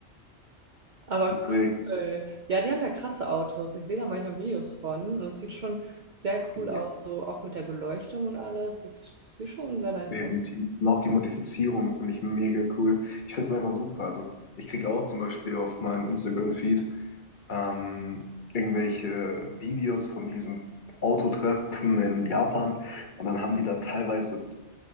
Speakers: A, on the right; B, on the left.
A: Aber
B: Wild.
A: cool. Ja, die haben da krasse Autos. Ich sehe da manchmal Videos von und es sieht schon sehr cool aus,
B: Ja,
A: so auch mit der Beleuchtung und alles. Es sieht schon sehr nice
B: definitiv.
A: aus.
B: Und auch die Modifizierung finde ich mega cool. Ich finde es einfach super. Also ich kriege auch zum Beispiel auf meinem Instagram-Feed ähm, irgendwelche Videos von diesen Autotreffen in Japan und dann haben die da teilweise,